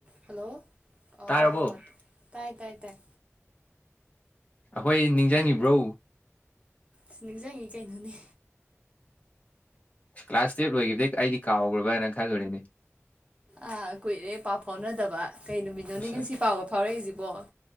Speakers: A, on the right; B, on the left.
A: ꯍꯜꯂꯣ ꯑ
B: ꯇꯥꯔꯕꯣ
A: ꯑ ꯑꫭ ꯑꯣ ꯇꯥꯏ ꯇꯥꯏ ꯇꯥꯏ
B: ꯑꯈꯣꯏ ꯅꯤꯡꯖꯪꯉꯤꯕ꯭ꯔꯣ
A: ꯁ ꯅꯤꯡꯖꯪꯉꯤ ꯀꯩꯅꯣꯅꯦ
B: ꯀ꯭ꯂꯥꯁ ꯇꯨꯌꯦꯚ ꯂꯣꯏꯒꯤꯕꯗꯩ ꯑꯩꯗꯤ ꯀꯥꯎꯈ꯭ꯔꯕ꯭ꯔꯥꯅ ꯈꯜꯂꯨꯔꯦꯅꯦ
A: ꯑꯥ ꯀꯨꯏꯔꯦ ꯄꯥꯎ ꯐꯥꯎꯅꯗꯕ ꯀꯩ ꯅꯨꯃꯤꯠꯅꯣꯅꯦ
B: ꯑꯁ
A: ꯉꯁꯤ ꯄꯥꯎꯒ ꯐꯥꯎꯔꯛꯏꯁꯤ ꯕꫭ